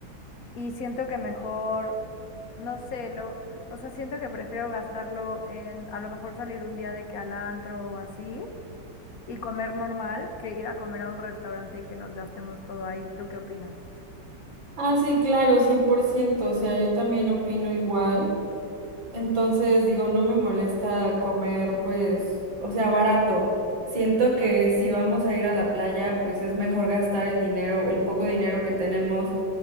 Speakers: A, on the left (about 50°); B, on the right (about 65°).
A: Y siento que mejor, no sé, lo, o sea, siento que prefiero gastarlo en a lo mejor salir un día de que al antro o así y comer normal que ir a comer a un restaurante y que nos gastemos todo ahí. ¿Tú qué opinas?
B: Ah, sí, claro, cien por ciento o sea, yo también opino igual. Entonces digo, no me molesta comer pues, o sea, barato. Siento que si vamos a ir a la playa, pues es mejor gastar el dinero, el poco dinero que tenemos